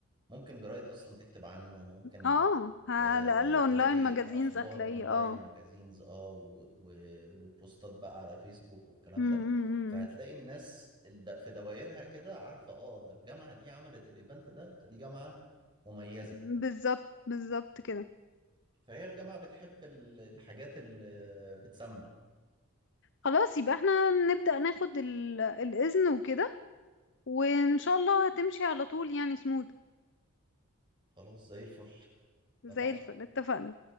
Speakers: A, on the right; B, on the left.
A: ممكن جرايد أصلا تكتب عنه ممكن
B: اه على
A: آه،
B: الاقل اونلاين
A: تلاقي
B: ماجازينز
A: اخبار
B: هتلاقيه
A: اونلاين
B: اه
A: ماجازينز اه و- و- وبوستات بقى على فيسبوك والكلام
B: امم
A: ده فهتلاقي الناس الد- في دوايرها كده عارفه اه ده الجامعه دي عملت الايفنت ده فدي جامعه مميزه
B: بالظبط بالظبط كده
A: فهي الجامعه بتحب ال- الحاجات اللي بتسمع
B: خلاص يبقى احنا نبدأ ناخد ال... الاذن وكده وان شاء الله هتمشي على طول يعني سموث
A: خلاص زي الفل
B: زي
A: اتفقنا
B: الفل اتفقنا